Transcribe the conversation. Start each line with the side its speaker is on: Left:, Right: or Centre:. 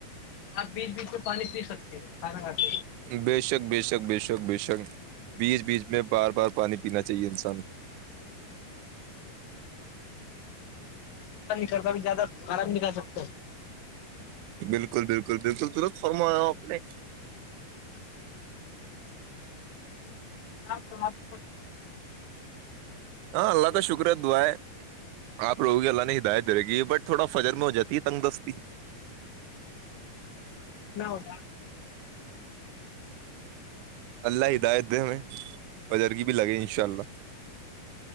Left: آپ بیچ بیچ میں پانی پی سکتے کھانا کاتے
Right: بے شک بے شک بےشک بےشک بیچ بیچ میں بار بار پانی پینا چاہیے انسان کو
Left: کرتا زیادہ خراب نہیں کر سکتا
Right: بالکل بالکل بالکل درت فرمایا آپ نے
Left: ہاں <unintelligible>
Right: ہاں اللہ کا شکر ہے دعیں آپ لوگوی اللہ نے ہدات دے کیی بٹ تھوڑا فجر میں ہو جاتی ہے تنگ دستی
Left: نا <unintelligible>
Right: اللہ ہدایت دے ہمیں بجرگی بھی لگے ان شاء اللہ